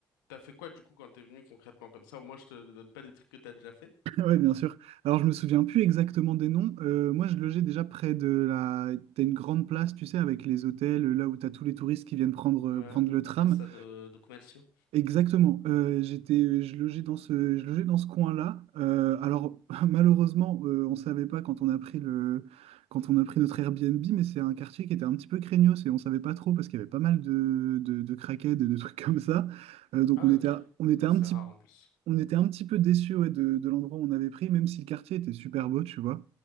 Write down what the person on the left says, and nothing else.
t'as fait quoi du coup quand t'es venu concrètement comme ça? Au moins, je te donne pas des trucs que t'as déjà fait.
Ouais,
pas ça de, de commerciaux.
Ah
ouais,
ok.
Non,
c'est
rare en plus.